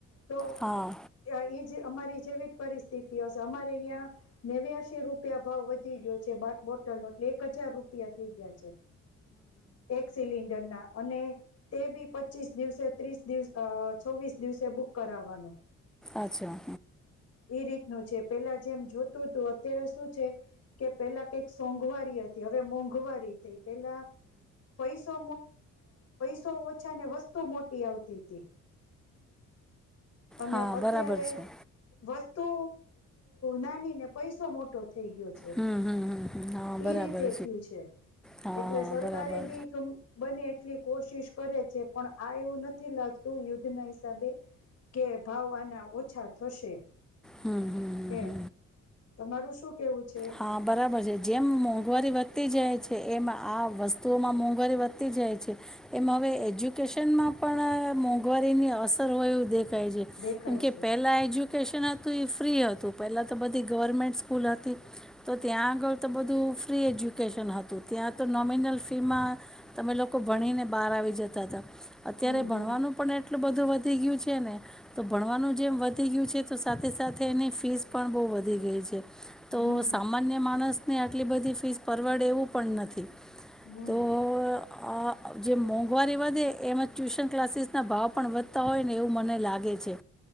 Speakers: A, on the left; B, in the centre.
A: તો
B: હા
A: એ ઈ જ અમારી જેવી જ પરિસ્થિતિ તી હશે અમારે ઈયા નેવ્યાસી રૂપ રૂપિયા ભાવ વધી ગયો છે બા બોટલનો એટલે એક હજાર રૂપિયા થઈ ગયા છે. એક સિલિન્ડરના અને તે બી પચીસ દિવસે ત્રીસ દિવસ અ છવ્વીસ દિવસે બુક કરાવાનો.
B: અચ્છા
A: એ રીતનું છે પેલા જેમ જોતું હતું. અત્યારે શું છે કે પેલા કઈક સોંઘવારી હતી હવે મોંઘવારી થઈ. પેલા પૈસો. <unintelligible> ઓછા ને વસ્તુ મોટી આવતી હતી. અને
B: હા
A: અત્યારે
B: બરાબર છે
A: વસ્ત તો નાની ને પૈસો મોટો. થઈ ગયો છે.
B: હમ હમ હમ હા
A: ઈ
B: બરાબર
A: રીતે થયું છે
B: હા
A: એટલે
B: હા
A: સરકારી
B: બરાબર
A: એ બી બને એટલી કોશિશ કરે છે પણ આ એવું નથી લાગતું યુદ્ધ ના હિસાબે કે ભાવ આના ઓછા થશે
B: હમ હમ
A: એમ
B: હમ
A: તમારું શું કેવું છે?
B: હા બરાબર છે જેમ મોંઘવારી વધતી જાય છે એમ આ વસ્તુઓમાં મોંઘવારી વધતી જાય છે એમ હવે એજ્યુકેશનમાં પણ મોંઘવારીની અસર હોય એવ દેખાય. કહે
A: દેખાય
B: એમ કે
A: છે
B: પહેલા એ જુ. કેશના તો એ ફ્રી હતું પહેલાં તો બધી ગવર્મેન્ટ સ્કૂલ હતી તો ત્યાં આગળ તો બધું ફ્રી એજ્યુકેશન હતું ત્યાં તો નોમિનલ ફીમાં તમે લોકો ભણીને બહાર આવી જતા હતા અત્યારે
A: હમ હમ
B: ભણવાનું પણ એટલું. એટલું બધું વધી ગયું છે ને તો ભણવાનું જેમ વધી ગયું છે તો. સાથે સાથે એની ફીસ પણ બહુ વધી ગઈ છે. તો
A: હમ
B: સામાન્ય માણસ. ને આટલી બધી ફીસ પરવડે એવું પણ નથી.
A: હમ
B: તો આ જે મોંઘવારી વધે એમાં ટ્યુશન ક્લાસીસના ભાવ પણ વધતા હોય ને એવું મને લાગે છે